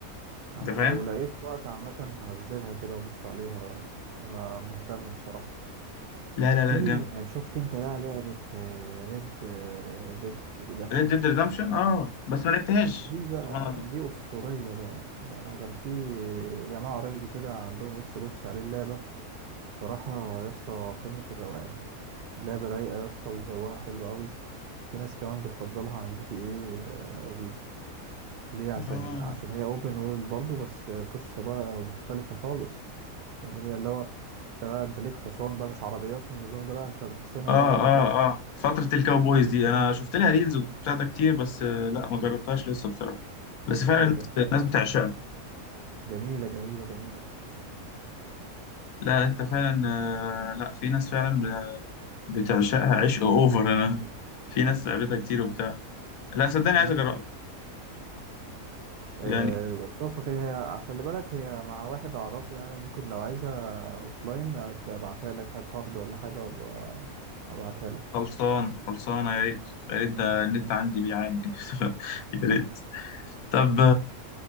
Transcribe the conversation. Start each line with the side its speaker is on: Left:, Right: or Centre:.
Right: انا
Left: أنت فاهم؟
Right: لو لقيت وقت عامة هنزلها كده ابص عليها انا مهتم بصراحة
Left: لا لا لا
Right: في
Left: جامد
Right: شفت انت بقى لعبة ريد ديد ريدمشن
Left: ريد ديد ريدمشن اه بس ما لعبتهاش
Right: دي بقى
Left: سبحان الله
Right: دي اسطورية بقى يعني أنا كان في جماعة قريبي كده عندهم اكس بوكس عليه اللعبة بصراحة يا اسطى قمة الروقان لعبة رايقة يا اسطى وجوها حلو قوي في ناس كمان بتفضلها عن جي تي ايه دي ليه عشان
Left: اه
Right: عشان هي اوبن وورلد برضه بس قصة بقى مختلفة خالص يعني اللي هو انت بقى انت ليك حصان بقى مش عربيات والنظام ده لا انت بحصنة
Left: اه
Right: بقى
Left: اه
Right: وكم
Left: اه فترة الكاوبويز دي انا شفت لها ريلز وبتاع ده كتير بس آه، لا ما جربتهاش لسه بصراحة بس
Right: لا
Left: فعلا الناس
Right: هي جم-
Left: الناس بتعشقها
Right: جميلة جميلة جميلة
Left: لا انت فعلا آه، لا في ناس فعلا بتعشقها عشق اوفر انا في ناس لعبتها كتير وبتاع لا صدقني
Right: امم
Left: عايز اجربها
Right: أه
Left: يعني
Right: شوفها كده هي خلي بالك هي مع واحد اعرفه يعني ممكن لو عايزها اوفلاين ابعتها لك هات هارد ولا حاجة وابقى ابعتها لك
Left: خلصان خلصانة يا ريت يا ريت ده النت عندي بيعاني <laughs> يا ريت طب